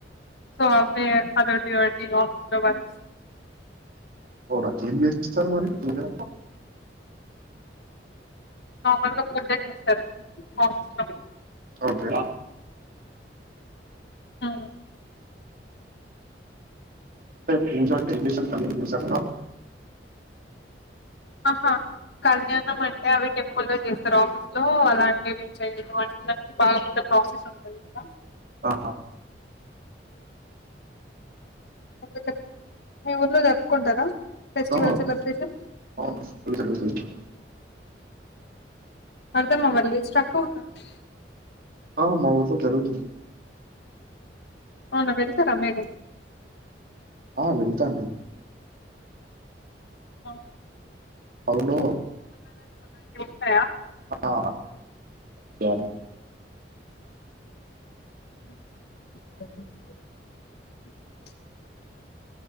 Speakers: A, on the left; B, on the right.
A: సో అవే అదోటీఇదోటి ఆఫీస్లో వర్క్
B: అవునా ఏం చేసిస్తారు మరి మీరు
A: నార్మల్గా పూజ చేస్తారండి ఆఫీస్ లో
B: ఓకే
A: ఉమ్
B: అంటే పూజ అంటే పూజ <inaudible>
A: ఆహా కల్నినా మండే అవి టెంపల్ వ సార్ ఆఫీస్లో అలాంటివి చేయి అందరికి బాగా పెద్ద ప్రాసెస్ ఉంటది కదా
B: ఆ
A: అ మీ ఊర్లో జరుపుకుంటారా ఫెస్టివల్
B: ఆ
A: సెలబ్రేషన్
B: అవును పూజ జరుగుతుంది
A: అర్థమవ్వలే స్టాక్ అవుతుంది
B: ఆ మా ఊలో జరురుతు
A: అవునా పెడతారా మేడం
B: ఆ విటంది
A: అఓ
B: అవును
A: ఉంటాయా
B: అ <unintelligible>
A: అ